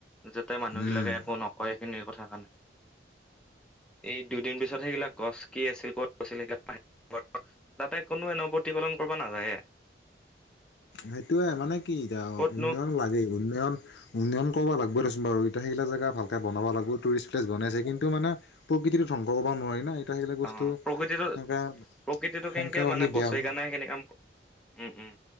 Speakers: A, in the centre; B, on the left.
A: যাতে মানুহ
B: উম
A: বিলাকে একো নকয় সেইখিনি কথা কানে। এই দুইদিন পিছত সেইগিলাক গছ কি আছিল ক'ত আছিল <unintelligible> তাতে কোনো এনে প্ৰতিপলন কৰিব নাযায়ে।
B: সেইটোয়ে মানে কি এতা
A: ক'তনো
B: উন্নয়ন লাগে উন্নয়ন উন্নয়ন কৰবা লাগব দেচোন বাৰু ইতা সেইগিলাক জেগা ভালকে বনাব লাগব টোৰিষ্ট প্লেছ বনাইছে। কিন্তু মানে প্ৰকৃতিতো ধ্বংস কৰিব নোৱাৰি না এ সেইবিলাক বস্তু
A: অ' প্ৰকৃতিটো
B: তেনো
A: প্ৰকৃতিটো
B: সেনেকা
A: কেনেকে
B: হ
A: মানে বচাই
B: বেয়া হ'ল।
A: কাৰণে কাম উম উম